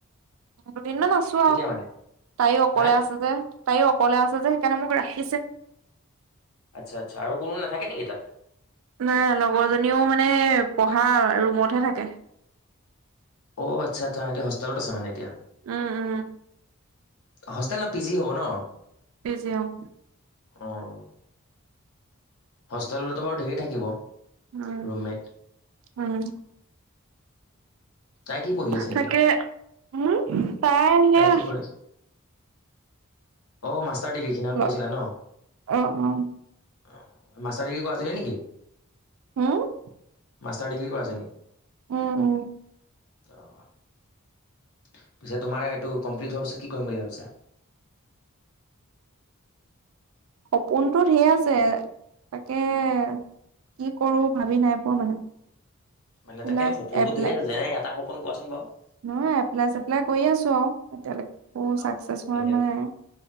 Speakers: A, on the right (about 70°); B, on the left (about 80°).
A: দুদিনমান আছো।
B: কেতিয়া মানে
A: তাইও অকলে
B: হা
A: আছে, যে তাইও অকলে আছে, যে সেইকাৰণে মোক ৰাখিছে।
B: আচ্ছা-আচ্ছা, আৰু কোনো নাথাকে নেকি, তাত?।
A: নাই লগৰজনীও মানে, পঢ়া ৰুমতহে থাকে।
B: অ', আচ্ছা-আচ্ছা, হেতি হোষ্টেলত আছে মানে এতিয়া।
A: উম, উম।
B: হোষ্টেল ন', পি জি হ'ব ন'?।
A: পি জি উম।
B: অ', হোষ্টেল হলেটো বাৰু ধেৰ থাকিব।
A: উম',
B: ৰুমমেট
A: উম
B: তাই কি পঢ়ি আছে
A: তাকে
B: এতিয়া
A: উম তাই হেয়া
B: কি কৰি আছে অ', মাষ্টাৰ ডিগ্ৰী কেইদিনাখন কৈছিলা
A: অ',
B: ন
A: অ', হম,
B: অ', মাষ্টাৰ ডিগ্ৰী কৰা আছিলে নেকি
A: হুম! <inaudible>
B: মাষ্টাৰ ডিগ্ৰী কৰাইছে নি? <inaudible>
A: উম-উম। <inaudible>
B: অ! পিছে তোমাৰ এইটো কমপ্লিট হোৱাৰ পিছত কি কৰিম বুলি ভাবিছা? <inaudible>
A: সপোনটো ধেৰ আছে। তাকে কি কৰো ভাবি নাই পোৱা মানে? <inaudible>
B: মানে
A: এইবিলাক
B: তাকেটো সপোনটো
A: এপ্লাই
B: ধেৰ আছে। যেনে এটা সপোন কোৱা চোন বাৰু? <unintelligible>
A: নহয় এপ্লাই-চেপ্লাই কৰি আছো আৰু এতিয়ালৈকে <unintelligible> <inaudible>
B: অ
A: চাকছেচ হোৱা
B: এনে
A: নাই।